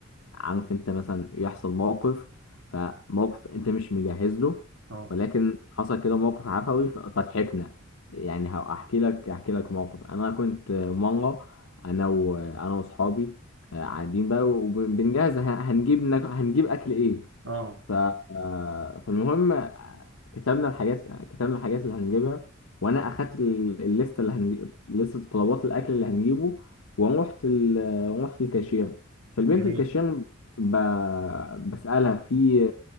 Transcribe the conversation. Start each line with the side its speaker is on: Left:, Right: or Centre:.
Left: عارف انت مثلا يحصل موقف فموقف انت مش مجهز له
Right: اه
Left: ولكن حصل كده موقف عفوي ف- فضحكنا يعني هحكي لك احكي لك موقف انا كنت مرة انا وانا واصحابي آه، قاعدين بقى وبنجهز ه- هنجيب ناك- هنجيب اكل ايه
Right: اه
Left: ف... آه، فالمهم آه، كتبنا الحاجات كتبنا الحاجات اللي هنجيبها وانا اخدت ال- الليسته اللي هنجيب لسته طلبات الاكل اللي هنجيبه ورحت ال... رحت الكاشير فالبنت
Right: جميل
Left: الكاشير ب... بسالها في